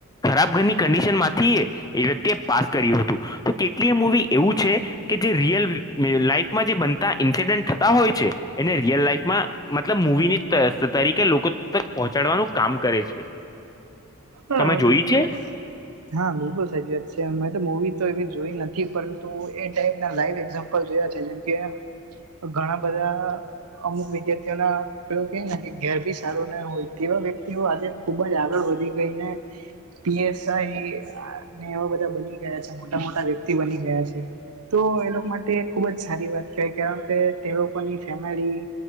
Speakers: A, on the left; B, on the right.
A: ખરાબ ઘરની કંડિશન માંથી એ એ વ્યક્તિએ પાસ કર્યું હતું તો કેટલીય મૂવી એવું છે કે જે રિયલ લાઈફમાં જે બનતા ઇન્સિડન્ટ થતા હોય છે એને રિયલ લાઈફ માં મતલબ મૂવી ની ત તરીકે લોકો તક પોચાડવાનું કામ કરે છે.
B: હા
A: તમે જોઈ
B: બિલકુલ
A: છે?
B: હા બિલકુલ સાચી વાત છે તો મુવી તો એવી જોઈ નથી પરંતુ એ ટાઈપ ના લાઈવ એક્ઝામ જોયા છે જેમકે ઘણા બધા અમુક વિદ્યાર્થીઓના એવું કંઈ નથી ઘેર ભી સારું ના હોય તેવા વ્યક્તિઓ આજે ખુબ જ આગળ વધી ગઈને પી. એસ. આઈને એવા બધા બની ગયા છે મોટા મોટા વ્યક્તિ બની ગયા છે. તો એ લોકો માટે ખુબ જ સારી વાત કહેવાય કારણ કે તે લોકોની ફેમિલી